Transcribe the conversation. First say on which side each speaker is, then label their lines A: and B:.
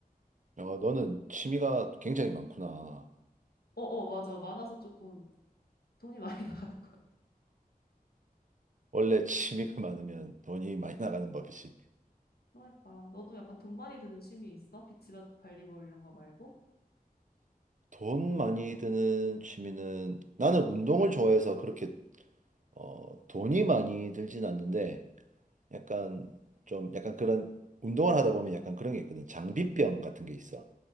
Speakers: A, on the right; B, on the left.
A: 어, 너는 취미가 굉장히 많구나.
B: 어어 맞아 많아서 조금 돈이 많이 <laughs> 나가는 것 같아.
A: 원래 취미가 <laughs> 많으면 돈이 많이 나가는 법이지.
B: 그러니까 너도 약간 돈 많이 드는 취미 있어? 비치밭 발리볼 이런 거 말고?
A: 돈 많이 드는 취미는 나는 운동을 좋아해서 그렇게 어, 돈이 많이 들진 않는데 약간 좀 약간 그런 운동을 하다 보면 약간 그런 게 있거든. 장비병 같은 게 있어.